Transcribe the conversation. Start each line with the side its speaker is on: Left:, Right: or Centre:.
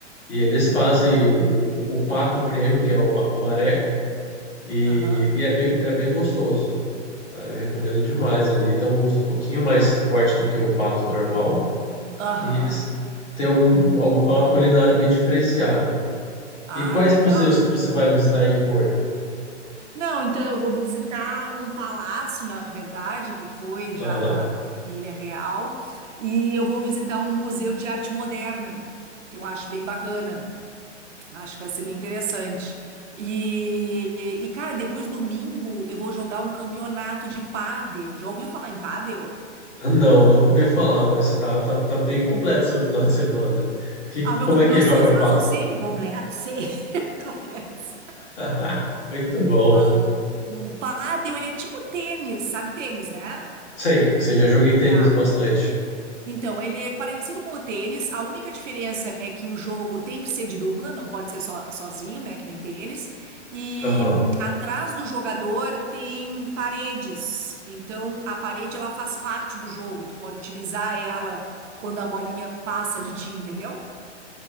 Left: E eles
Right: Hum.
Left: fazem o, o, o pato prêmio, que é o, ma- o mareco, e,
Right: Aham.
Left: e é bem, é bem gostoso. tá? Eu recomendo demais ali. Tem um gosto um pouquinho mais forte do que o pato normal.
Right: Aham.
Left: E eles têm algum, algum, é uma culinária bem diferenciada.
Right: Ah,
Left: E quais
Right: legal.
Left: museus que você vai visitar aí em Porto?
Right: Não, então eu vou visitar um palácio, na verdade, que foi já
Left: Aham.
Right: da, da família real, e eu vou visitar um museu de arte moderna, que eu acho bem bacana. Acho que vai ser bem interessante. E, e, cara, depois domingo eu vou jogar um campeonato de pádel. Já ouviu falar em pádel?
Left: Não, nunca ouvi falar, mas tá, tá, tá bem completo seu final de semana. Que,
Right: Ah, meu,
Left: como
Right: meus
Left: é que joga
Right: sonhos
Left: pádel?
Right: são sempre completos, sempre <laughs> completos.
Left: <laughs> Muito bom.
Right: Ah, o pádel, ele é tipo tênis, sabe tênis, né?
Left: Sei, sei, já joguei tênis
Right: Tá.
Left: bastante.
Right: Então, ele é parecido com o tênis, a única diferença é que o jogo tem que ser de dupla, não pode ser só, sozinho, né, que nem tênis. E
Left: Aham.
Right: hum, atrás do jogador tem paredes, então a parede ela faz parte do jogo, tu pode utilizar ela quando a bolinha passa de ti, entendeu?